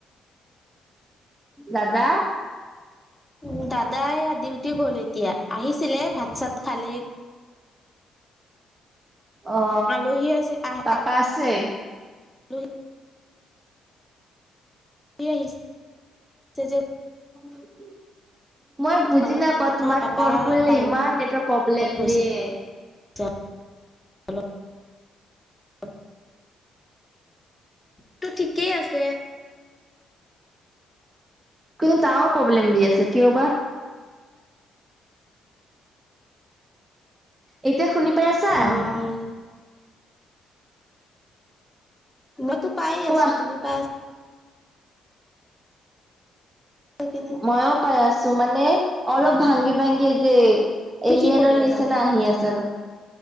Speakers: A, on the right (about 20°); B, in the centre.
A: দাদা
B: উ দাদাই ডিউটি গ'ল এতিয়া আহিছিলে ভাত চাত খালে
A: অ
B: আলহী আছে আহ
A: পাপা আছে
B: আলহী <unintelligible>
A: <unintelligible> মই বুজি
B: ঘৰত
A: নাপাওঁ তোমাক
B: নহয় পাপা
A: কল কৰিলে
B: বাহিৰত
A: ইমান নেটৰ প্ৰব্লেম
B: গৈছে
A: দিয়ে।
B: <unintelligible> টো ঠিকেই আছে
A: কিন্তু তাও প্ৰব্লেম দি আছে কিয় বা এতিয়া শুনি পাই আছা।
B: অ', মইতো পায়ে
A: কোৱা
B: আছো তুমি পাই আছা। কি নাই?
A: ময়ো পাই আছো মানে অলপ ভাঙি ভাঙি যে
B: তুমি
A: এলিয়েনৰ
B: কি কৰি
A: নিচিনা
B: আছা?
A: আহি আছে আৰু